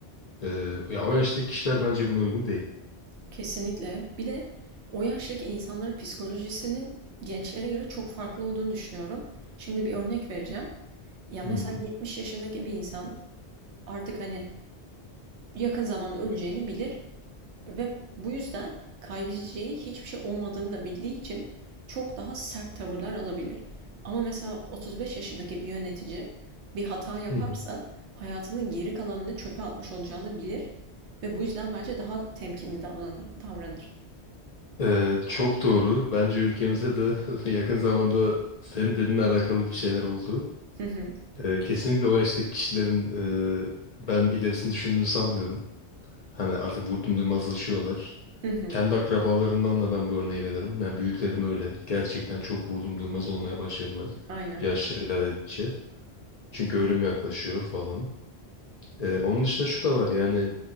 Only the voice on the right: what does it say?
Kesinlikle. Bir de o yaştaki insanların psikolojisinin gençlere göre çok farklı olduğunu düşünüyorum. Şimdi bir örnek vereceğim. Ya
mesela
70 yaşındaki bir insan artık hani yakın zamanda öleceğini bilir Ve bu yüzden kaybedeceği hiçbir şey olmadığını da bildiği için çok daha sert tavırlar alabilir. Ama mesela 35 yaşındaki bir yönetici bir hata yaparsa
hayatının geri kalanını çöpe atmış olacağını bilir ve bu yüzden bence daha temkinli davranır. davranır.
Hı hı,
hı hı,
aynen.